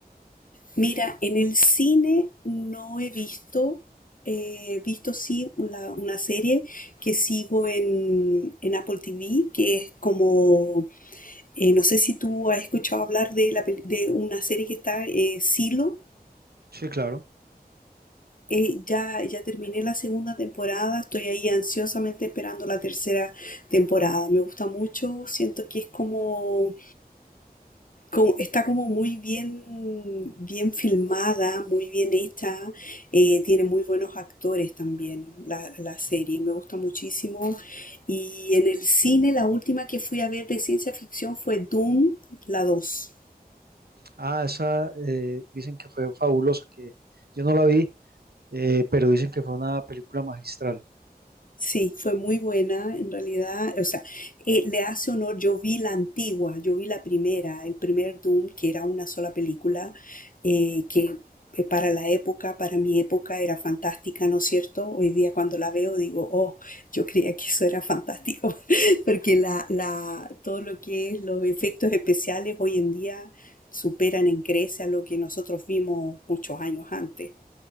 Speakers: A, on the left; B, on the right.
A: Mira, en el cine no he visto, he visto sí una, una serie que sigo en, en Apple TV, que es como, eh, no sé si tú has escuchado hablar de, la, pel- de una serie que está, eh, Silo.
B: Sí, claro.
A: Eh, ya, ya terminé la segunda temporada, estoy ahí ansiosamente esperando la tercera temporada. Me gusta mucho, siento que es como como- está como muy bien, bien filmada, muy bien hecha, eh, tiene muy buenos actores también la, la serie, me gusta muchísimo. Y en el cine la última que fui a ver de ciencia ficción fue Doom, la dos
B: Ah, esa eh, dicen que fue fabulosa, que yo no la vi, eh, pero dicen que fue una película magistral.
A: Sí, fue muy buena en realidad. O sea, eh, le hace honor. Yo vi la antigua, yo vi la primera, el primer Doom, que era una sola película, eh, que eh, para la época, para mi época, era fantástica, ¿no es cierto? Hoy día cuando la veo digo, oh, yo creía que eso era fantástico, <laughs> porque la, la, todo lo que es los efectos especiales hoy en día superan en creces a lo que nosotros vimos muchos años antes.